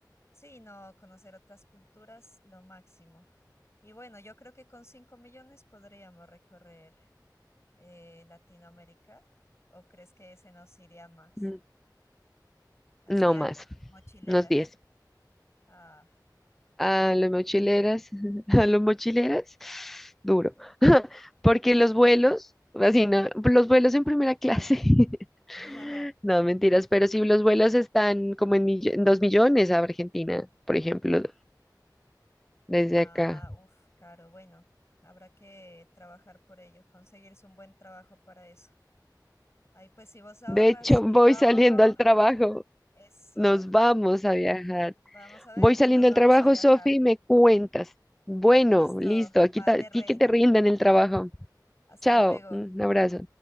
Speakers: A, on the left (about 35°); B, in the centre.
A: sí, no, conocer otras culturas, lo máximo. Y bueno, yo creo que con 5 millones podríamos recorrer eh, Latinoamérica, ¿o crees que ese nos iría más?
B: Mm,
A: Así
B: No
A: a
B: más,
A: los mochileras.
B: unos 10
A: Ah.
B: a los mochileras, <laughs> a los mochileras, duro, <laughs> porque los vuelos, así no, los vuelos en primera clase, <laughs>
A: <laughs>
B: no, mentiras, pero sí los vuelos están como en, mill- en dos millones a Argentina, por ejemplo, desde
A: Ah,
B: acá.
A: uff, caro. Bueno, habrá que trabajar por ello, conseguirse un buen trabajo para eso. Ahí pues si vos ahorras
B: De hecho,
A: y
B: voy
A: yo ahorro,
B: saliendo al trabajo,
A: eso.
B: nos vamos a viajar.
A: Vamos a ver
B: Voy
A: y
B: saliendo
A: nos vamos
B: al trabajo,
A: a viajar.
B: Sofi, y me cuentas. Bueno,
A: Listo,
B: listo, aquí
A: vale,
B: ta- a ti
A: reina.
B: que te rindan el trabajo.
A: Hasta
B: Chao,
A: luego.
B: un abrazo.